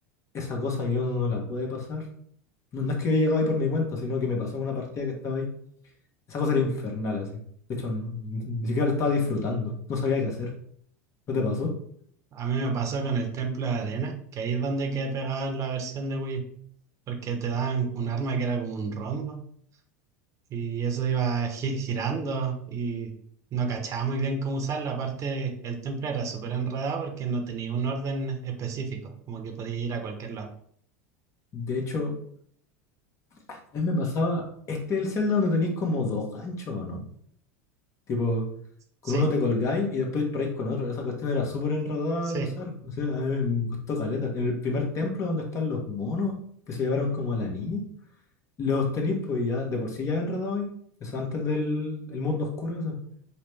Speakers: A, on the left; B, on the right.
A: esa cosa yo no la pude pasar. No, no es que yo llegaba ahí por mi cuenta, sino que me pasó en una partida que estaba ahí. Esa cosa era infernal, así. De hecho, n- ni siquiera la estaba disfrutando. No sabía qué hacer. ¿No te pasó?
B: A mí me pasó con el Templo de Arena, que ahí es donde quedé pegado en la versión de Wii U, porque te daban un arma que era como un rombo y eso iba gi- girando y no cachaba muy bien cómo usarla. Aparte, el templo era súper enredado porque no tenía un orden específico, como que podía ir a cualquier lado.
A: De hecho, a mí me pasaba. Este es el Zelda donde tenéis como dos ganchos, ¿o no? Tipo,
B: Sí,
A: con uno te colgáis y después disparáis con otro. Esa cuestión era súper enredada
B: sí.
A: de usar. No sé, a mí me costó caleta. En el primer templo donde están los monos que se llevaron como a la niña, los tenéis pues ya de por sí ya enredados ahí. Eso antes del el mundo oscuro, eso.